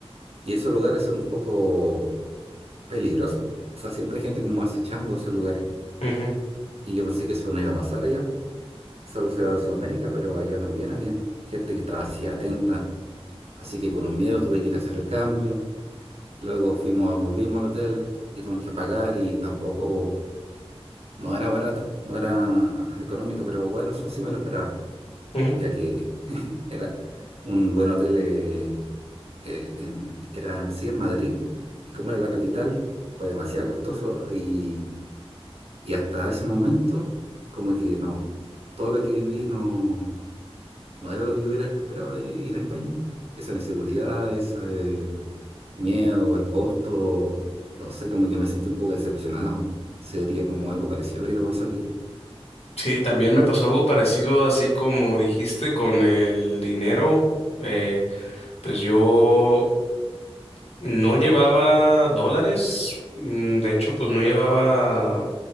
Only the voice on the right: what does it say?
Y esos lugares son un poco peligrosos. O sea, siempre hay gente como acechando esos lugares.
Y yo pensé que eso no iba a pasar allá. Solo se da en Sudamérica, pero allá también había gente que estaba así atenta. Así que con un miedo tuve que ir a hacer el cambio. Luego fuimos, volvimos al hotel y tuvimos que pagar y tampoco, no era barato, no era económico, pero bueno, eso sí me lo esperaba,
ya que <laughs> era un buen hotel, eh, eh, en- era sí en Madrid, y como era la capital, fue demasiado costoso y, y hasta ese momento, como que no, todo lo que viví no, no era lo que yo hubiera esperado de ir a España. Esa inseguridad, ese miedo, el costo, no sé, como que me sentí un poco decepcionado. Sería como algo parecido a lo que te pasó a ti.